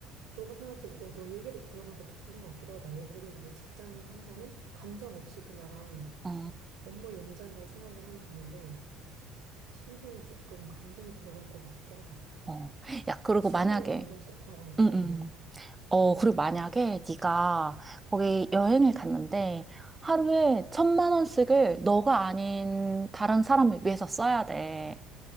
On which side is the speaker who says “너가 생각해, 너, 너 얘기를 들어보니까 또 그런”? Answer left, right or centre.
Right